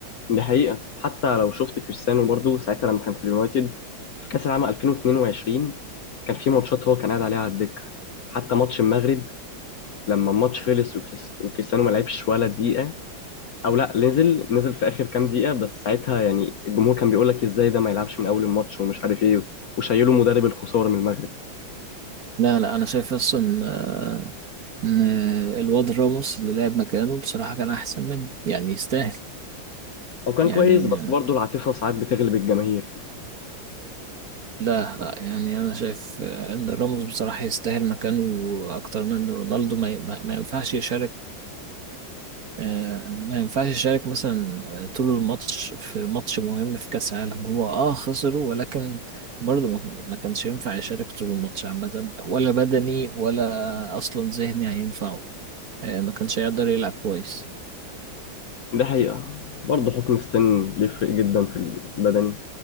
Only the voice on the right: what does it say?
لا لا أنا شايف أصلا آه إن الواد راموس اللي لعب مكانه بصراحة كان أحسن منه يعني يستاهل
يعني
لا لا يعني انا شايف آه، ان راموس بصراحه يستاهل مكانه اكتر من رونالدو ما, ي- ما ما ينفعش يشارك آه، ما ينفعش يشارك مثلا آه، طول الماتش في ماتش مهم في كأس العالم هو اه خسره ولكن برضه ما يعني ما كانش ينفع يشارك طول الماتش عامة ولا بدني ولا أصلا ذهني هينفعه آه، ما كانش هيقدر يلعب كويس